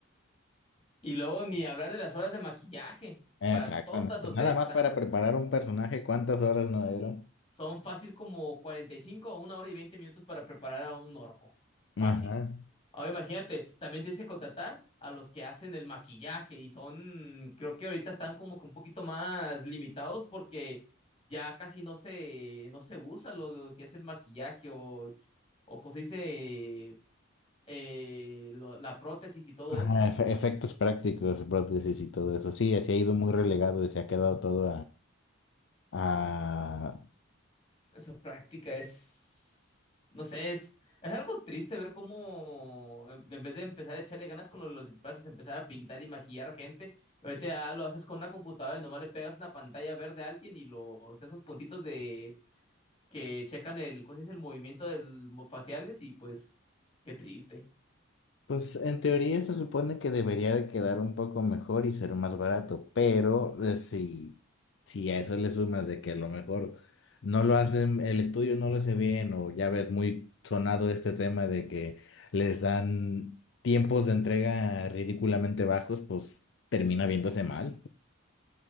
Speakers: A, on the left; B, on the left.
A: Y luego ni hablar de las horas de maquillaje
B: Exactamente.
A: para todas los
B: Nada
A: extra.
B: más para preparar un personaje, ¿cuántas horas no dieron?
A: Son fácil como 45 o una hora y 20 minutos para preparar a un orco.
B: Ajá.
A: Fácil. Ahora imagínate, también tienes que contratar a los que hacen el maquillaje y son, creo que ahorita están como que un poquito más limitados porque ya casi no se, no se usa lo que es el maquillaje o, o como se dice, eh, lo- la prótesis y todo
B: Ajá,
A: eso.
B: efe- efectos prácticos, prótesis y todo eso. Sí, se ha ido muy relegado y se ha quedado todo a,
A: Esa práctica es, no sé, es, es algo triste ver cómo en, en vez de empezar a echarle ganas con lo de los disfraces, empezar a pintar y maquillar gente, ahorita ya lo haces con una computadora y nomás le pegas una pantalla verde a alguien y los esos puntitos de que checan el, ¿cómo se dice? el movimiento del mo- faciales y pues qué triste.
B: Pues en teoría se supone que debería de quedar un poco mejor y ser más barato, pero eh, si, si a eso le sumas de que a lo mejor no lo hacen, el estudio no lo hace bien o ya ves muy sonado este tema de que les dan tiempos de entrega ridículamente bajos, pues termina viéndose mal.